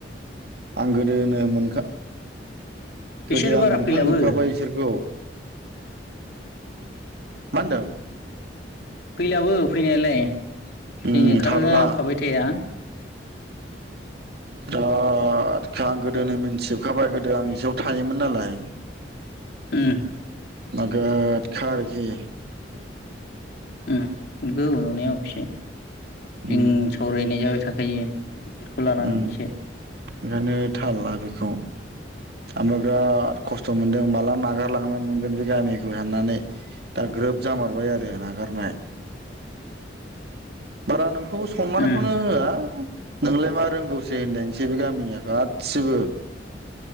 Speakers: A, on the right; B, on the left.
A: आं गोदोनो मोनखा।
B: बिसोर
A: गोदो
B: बारा
A: आं मोनखांजोबखाबाय
B: फैलाबो
A: इसोरखौ मा होनदों।
B: फैलाबो फैनायालाय नै
A: उम
B: ओंखारा
A: थारला
B: फाबाय थाया।
A: बिराद आं गोदोनो मिथिजोबखाबाय गोदो आं ज थायोमोन नालाय।
B: उम
A: नोगोदखा आरोखि।
B: ओं नंगौ नंनाया अबेसे।
A: उम
B: जों सावरायनाय जाबाय थाखायो बेफोरखौ लानानै
A: उम
B: एसे
A: ओंखायनो थाल ला बेखौ ओमफ्राय बिराद खस्थ' मोनदों माला नागारलांनो मोनगोन बे गामिखौ होननानै दा। ग्रोब जामारबाय आरो नागारनाय बारा नों। खौ सनमानखौनो
B: उम
A: होआ। नोंलाय मा रोंगौसै होनदसै बे गामिनिया गासिबो।